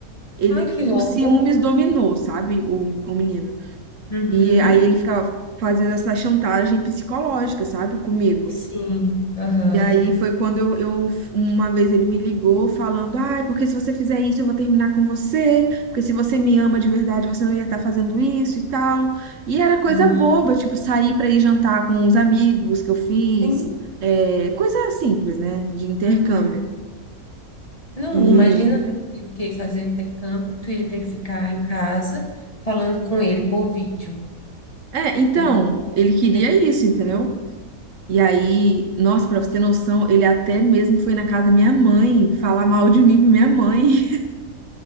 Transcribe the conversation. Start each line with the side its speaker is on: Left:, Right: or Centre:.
Right: ele
Left: Ai, que louco.
Right: os ciúmes dominou, sabe, o, o menino.
Left: Uhum.
Right: E aí ele ficava fazendo essa chantagem psicológica, sabe, comigo.
Left: Sim, aham.
Right: E aí foi quando eu, eu- uma vez ele me ligou falando, ai, porque se você fizer isso, eu vou terminar com você, porque se você me ama de verdade, você não ia estar fazendo isso e tal. E era coisa
Left: Ah,
Right: boba, tipo, sair pra ir jantar com os amigos que eu fiz,
Left: sim.
Right: é, coisa simples, né, de intercâmbio.
Left: Uhum. Não,
Right: E,
Left: imagina, né? Tu ia o que fazer o intercâmbio, tu ia ter que ficar em casa falando com ele por vídeo.
Right: é, então,
Left: Ele não
Right: ele
Left: ia
Right: queria
Left: poder conhecer
Right: isso, entendeu?
Left: ele.
Right: E aí,
Left: Ai,
Right: nossa, pra você ter noção, ele até mesmo foi na casa da minha mãe falar mal de mim pra minha mãe. <laughs>